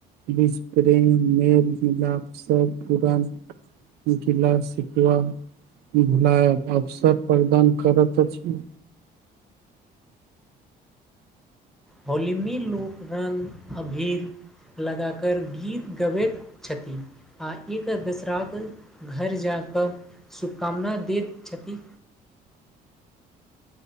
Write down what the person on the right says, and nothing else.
बिच मेल <unintelligible> मिलप सभ पुरान गिला सिकबा भुलाय अवसर प्रदान करत अछि।